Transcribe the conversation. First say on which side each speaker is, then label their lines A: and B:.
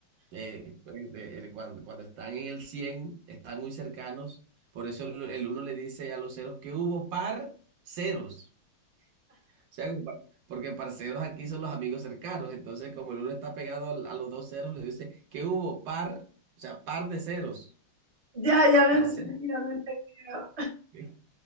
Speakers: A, on the right; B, on the right.
A: eh, eh, eh, cuando, cuando están en el 100 están muy cercanos. Por eso el, el uno le dice a los ceros que hubo par ceros. O sea, como par- porque parceros aquí son los amigos cercanos. Entonces, como el uno está pegado al- a, los dos ceros, le dice que hubo par, o sea, par de ceros.
B: ya, ya lo
A: Parcero.
B: he entendido, lo he entendido.
A: <laughs>